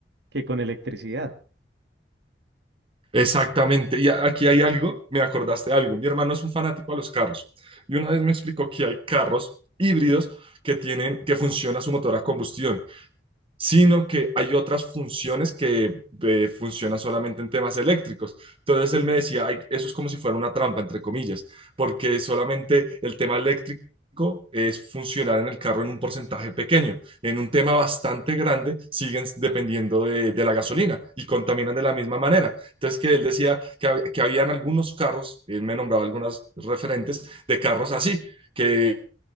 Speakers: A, on the right (about 65°); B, on the right (about 30°).
A: que con electricidad.
B: exactamente. Y a- aquí hay algo, me acordaste de algo. Mi hermano es un fanático a los carros y una vez me explicó que hay carros híbridos que tienen, que funciona su motor a combustión. sino que hay otras funciones que eh, funcionan solamente en temas eléctricos. Entonces él me decía, "Ay, eso es como si fuera una trampa, entre comillas, porque solamente el tema eléctrico es funcionar en el carro en un porcentaje pequeño. En un tema bastante grande siguen dependiendo de, de la gasolina y contaminan de la misma manera. Entonces, que él decía que, hab- que habían algunos carros, él me nombraba algunas referentes de carros así, que